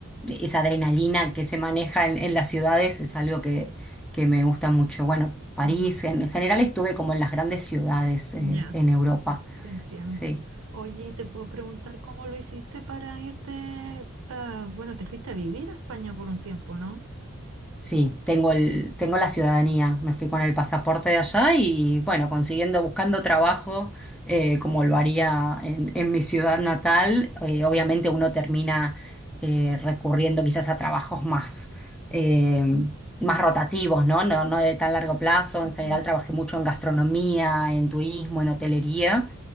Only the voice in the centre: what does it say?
esa adrenalina que se maneja en, en las ciudades es algo que, que me gusta mucho. Bueno, París,
en general estuve como en las grandes ciudades
eh, en Europa.
Sí.
Sí, tengo el, tengo la ciudadanía, me fui con el pasaporte de allá y bueno, consiguiendo, buscando trabajo eh, como lo haría en, en mi ciudad natal, eh, obviamente uno termina eh, recurriendo quizás a trabajos más, eh, más rotativos, ¿no? No, no de tan largo plazo,
en general trabajé mucho en gastronomía, en turismo, en hotelería